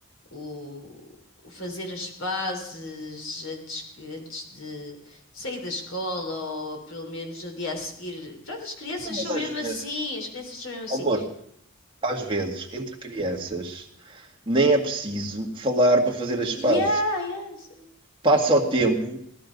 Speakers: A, on the left (about 75°); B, on the right (about 25°).
A: o, o fazer as pazes antes, que- antes de sair da escola ou pelo menos no dia a seguir. Pronto, as crianças
B: Não, mas
A: são
B: às
A: mesmo
B: vezes,
A: assim, as crianças são mesmo assim.
B: oh, amor, às vezes, entre crianças, nem é preciso falar para fazer as
A: Yeah,
B: pazes.
A: yes.
B: Passa o tempo